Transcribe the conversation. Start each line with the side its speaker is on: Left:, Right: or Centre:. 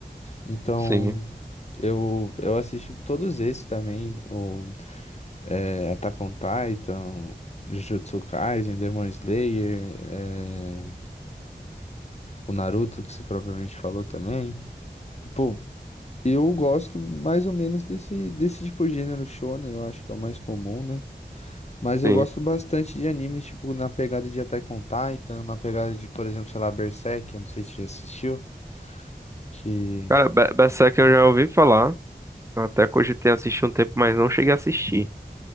Left: Então,
Right: Sim,
Left: eu, eu assisti todos esses também. O é, Attack on Titan, Jujutsu Kaisen, Demon Slayer. é, o Naruto, que você propriamente falou também. Pô, eu gosto mais ou menos desse, desse tipo de gênero shonen, eu acho que é o mais comum, né? Mas eu
Right: sim.
Left: gosto bastante de animes, tipo, na pegada de Attack on Titan, na pegada de, por exemplo, sei lá, Berserk, eu não sei se você já assistiu, que...
Right: Cara, Be- Berserk eu já ouvi falar. Eu até cogitei assistir um tempo, mas não cheguei a assistir.